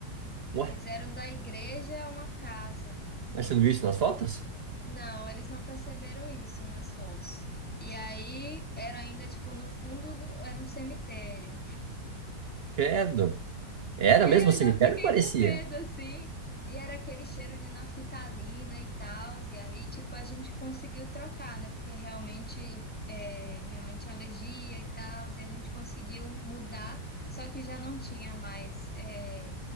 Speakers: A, in the centre; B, on the right (about 80°).
A: Fizeram
B: ué,
A: da igreja uma casa.
B: mas você não viu isso nas fotos?
A: Não, eles não perceberam isso nas fotos. E aí era ainda tipo no fundo do- era um cemitério.
B: Credo. Era
A: E
B: mesmo
A: aí
B: o
A: eu
B: cemitério?
A: já fiquei
B: Parecia.
A: com medo assim. E era aquele cheiro de naftalina e tal. E aí tipo a gente conseguiu trocar, né? Porque realmente é, minha mãe tinha alergia e tal. E a gente conseguiu mudar. Só que já não tinha mais é,